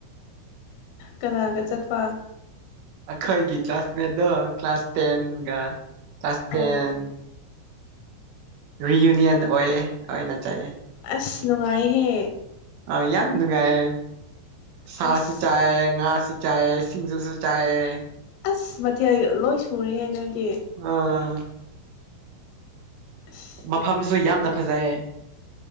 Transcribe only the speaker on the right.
ꯑꯩꯈꯣꯏꯒꯤ ꯀ꯭ꯂꯥꯁꯃꯦꯠꯗꯣ ꯀ꯭ꯂꯥꯁ ꯇꯦꯟꯒ ꯀ꯭ꯂꯥꯁ ꯇꯦꯟ
ꯔꯤꯌꯨꯅꯤꯌꯟ ꯑꯣꯏꯌꯦ ꯑꯣꯏꯅ ꯆꯠꯂꯦ
ꯑ ꯌꯥꯝ ꯅꯨꯡꯉꯥꯏꯌꯦ ꯁꯥꯁꯨ
ꯆꯥꯏꯌꯦ ꯉꯥꯁꯨ ꯆꯥꯏꯌꯦ ꯁꯤꯡꯖꯨꯁꯨ ꯆꯥꯏꯌꯦ
ꯑꯥ
ꯃꯐꯝꯁꯨ
ꯌꯥꯝꯅ ꯐꯖꯩꯌꯦ